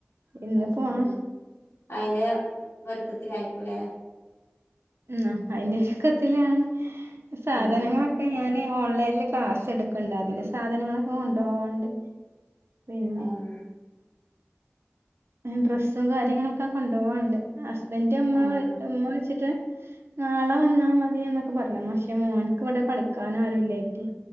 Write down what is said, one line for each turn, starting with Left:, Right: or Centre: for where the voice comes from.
Right: ഇന്ന്
Left: അ ശരി
Right: പോണം
Left: ആ അയിന്റെ ഒരുക്കത്തിലയിക്കൂലേ
Right: ഉ അതിന്റെരുക്കത്തിലാണ് സാധനങ്ങളൊക്കെ
Left: ആഹ്
Right: ഞാന് ഓൺലൈനി ക്ലാ സെടുക്കണ്ട് അതിന്റെ സാധനങ്ങളൊക്കെ കൊണ്ടുപോവാണ്ട് പിന്നെ
Left: ആഹ്
Right: ഡ്രസ്സും കാര്യങ്ങളൊക്കെ കൊണ്ടുപോവണ്ട് ഹസ്ബൻഡന്റെ അമ്മ
Left: ആഹ്
Right: അമ്മ വിളിച്ചിട്ട് നാളെ വന്നാ മതി എന്നൊക്കെ പറഞ്ഞു പക്ഷേ മോൻക്ക് ഇവിടെ കളിക്കൻ ആരുല്ലായിട്ട്